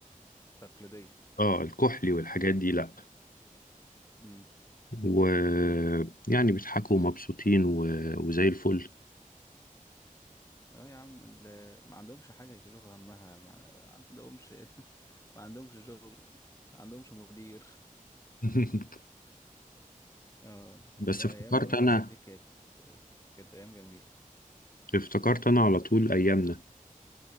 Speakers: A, on the left (about 20°); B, on the left (about 80°).
A: تقليدية
B: آه، الكحلي والحاجات دي لا
A: امم
B: ويعني بيضحكوا ومبسوطين و... وزي الفل
A: اه يا عم ال- ما عندهمش حاجة يشيلوها همها ما عندهمش <laughs> ما عندهمش شغل ما عندهمش مدير
B: <laughs>
A: اه
B: بس
A: لا
B: افتكرت
A: ايام المدرسة
B: انا
A: دي كانت كانت ايام جميلة
B: افتكرت انا على طول ايامنا